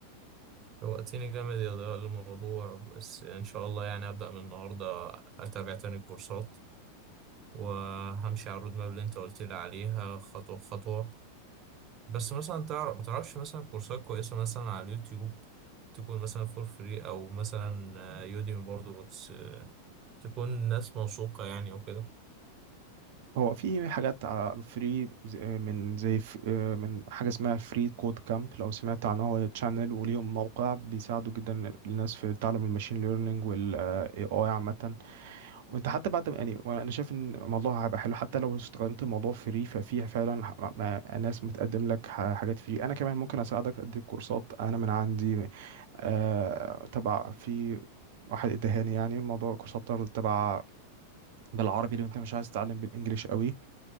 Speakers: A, on the right; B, on the right.
A: وقتني جامد يا ضياء الموضوع بس ان شاء الله يعني ابدا من النهارده اتابع تاني الكورسات وهمشي على الرود ماب اللي انت قلت لي عليها خطوه بخطوه بس مثلا تعرف ما تعرفش مثلا كورسات كويسه مثلا على اليوتيوب تكون مثلا فور فري او مثلا يوديمي برضو بس آه، تكون ناس موثوقه يعني وكده
B: هو في حاجات فري من زي ف- آه، من حاجة اسمها فري كود كامب لو سمعت عنه هو تشانل وليهم موقع بيساعدوا جدا الناس في تعلم الماشين ليرنينج والاي اي عامة وانت حتى بعد ما- يعني انا شايف ان الموضوع هيبقى حلو حتى لو استخدمت الموضوع فري ففيها فعلا ح- ما- ناس بتقدم لك ح- حاجات فري انا كمان ممكن اساعدك اديك كورسات انا من عندي آه، تبع في واحد ادهاني يعني موضوع كورسات تبع بالعربي لو انت مش عايز تتعلم بالانجليش قوي